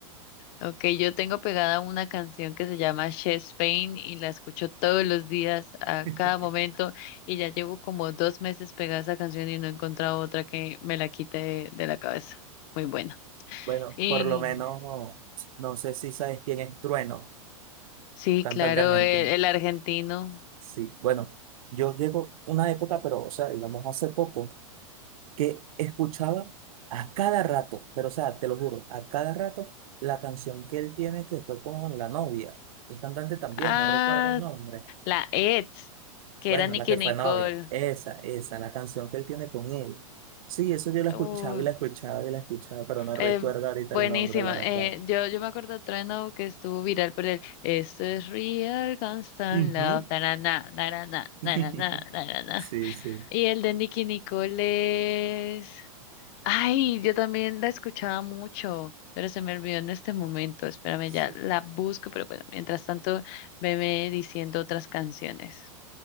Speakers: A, on the left (about 40°); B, on the right (about 75°).
A: Ok, yo tengo pegada una canción que se llama Chest Pain y la escucho todos los días, a
B: <laughs>
A: cada momento, y ya llevo como dos meses pegada a esa canción y no he encontrado otra que me la quite de, de la cabeza. Muy buena.
B: Bueno,
A: Y
B: por lo menos, no sé si sabes quién es Trueno,
A: sí,
B: cantante
A: claro,
B: argentino.
A: el, el argentino.
B: Sí, bueno, yo llego una época, pero, o sea, digamos hace poco, que escuchaba a cada rato, pero, o sea, te lo juro, a cada rato la canción que él tiene que fue con la novia. El cantante también,
A: Ah,
B: no recuerdo el nombre.
A: la ex, que
B: Bueno,
A: era Nicki
B: la que
A: Nicole.
B: fue novia, esa, esa, la canción que él tiene con él. Sí, eso yo la escuchaba
A: Uy,
B: y la escuchaba y la escuchaba, pero no recuerdo
A: Eh,
B: ahorita
A: buenísima.
B: el nombre, la verdad.
A: Eh, yo, yo me acuerdo de Trueno que estuvo viral por el Esto es real constant
B: Ujú.
A: love, na narana, narana,
B: <laughs>
A: narana.
B: Sí, sí.
A: Y el de Nicky Nicole es... Ay, yo también la escuchaba mucho, pero se me olvidó en este momento. Espérame,
B: Sí.
A: ya la busco, pero bueno, mientras tanto, veme diciendo otras canciones.